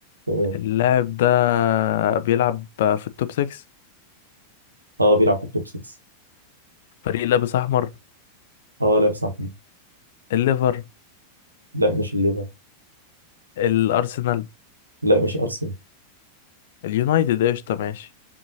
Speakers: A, on the right; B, on the left.
A: تمام
B: اللاعب ده بيلعب في التوب 6
A: اه بيلعب في التوب 6
B: فريق لابس احمر
A: اه لا مش أحمد
B: الليفر
A: لا مش الليفر
B: الارسنال
A: لا مش أرسنال
B: اليونايتد قشطة ماشي